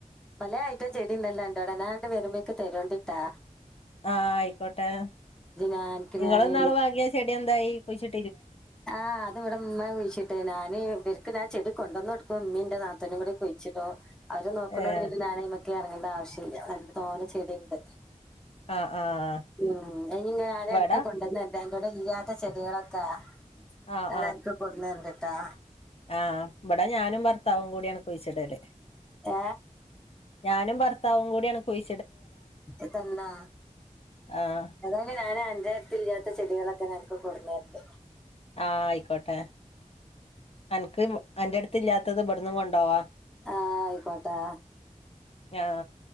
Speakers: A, in the centre; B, on the left.
A: പലേ ഐറ്റം ചെടിണ്ടല്ലോ അന്റോടെ ഞാനങ്ങട് വരുമ്പോ ത രോണ്ടിട്ടാ?
B: ആഹ ആയിക്കോട്ടെ
A: ഞാൻക്ക്
B: ഇങ്ങള്ന്നാള്
A: ഞാന്
B: വാങ്ങിയ ചെടി എന്തായി കുഴിച്ചി
A: ആ അത് ഇവിടെ ഇമ്മാ കുഴിച്ചിട്ടേ ഞാന് ഇവർക്ക് ഞാൻ ചെടി കൊണ്ടന്നൊടുക്കും ഉമ്മീന്റെ നാത്തൂനും കൂടി കുഴിച്ചിടും. അവര് നോക്ണോണ്ട്
B: ഏഹ്
A: പിന്നെ ഞാൻ അയി ഒക്കെ ഇറങ്ങേണ്ട ആവശ്യ ഇല്ല നല്ല തോനെ ചെടിണ്ട്.
B: ആഹ് ആഹ്
A: ഉ അയിനിഞ്ഞ് ഞാനനക്ക്
B: ഇവടെ
A: കൊണ്ടന്നെര്ണ്ട് അ ഇവിടെ ഇല്ലാത്ത ചെടികളൊക്കെ
B: ആഹ്
A: ഞാനനക്ക് കൊടുന്നെരണ്ടിട്ടോ?
B: ആ ഇവിടെ ഞാനും ഭർത്താവും കൂടിയാണ് കുഴിച്ചിട്ല്.
A: ഏ
B: ഞാനും ഭർത്താവും കൂടിയാണ് കുഴി
A: ഇതന്നാ
B: ആഹ്
A: ഏതായാലും ഞാ ഇന്റെ ട്ത്തില്ലാത്ത ചെടികളൊക്കെ ഞാൻ അനക്ക് കൊടുന്നെരണ്ട്.
B: ആ ആയിക്കോട്ടെ അനക്ക് അന്റട്ത്ത് ഇല്ലാത്തത് ഇവിടന്നും കൊണ്ടോവാ.
A: ആ ആയിക്കോട്ടെ
B: ആ